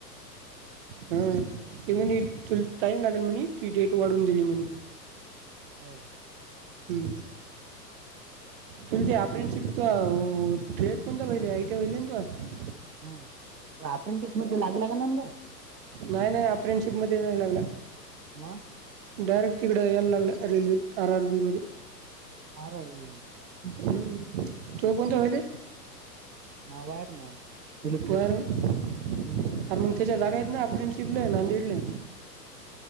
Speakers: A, on the right; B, on the right.
A: हां ते म्हणे तुला टाईम लागेल म्हणे, तुजी डेट वाढवून दिली म्हणे.
B: हवं.
A: हम्म. तुला ते अप्रेंटशिप तू अह ट्रेड कोणता व्हायला आय टी व्हायला ना तुला?
B: हम अप्रेंडिस मध्ये लागला का नंबर
A: नाही नाही अप्रेंडशिप मध्ये नाही लागला.
B: म.
A: डायरेक्ट तिकडं याला लागला रेल्वेेत आर आर बी मध्ये
B: आर आर बी मध्ये हम्म.
A: हम्म तूव कोणतं होइलये?
B: मा वायरमन इलेक्ट्रिशियन
A: वायर आरं
B: हम्म
A: मग त्याच्या जागा आहेत ना अप्रेंटशिपला आहे नांदेडलाय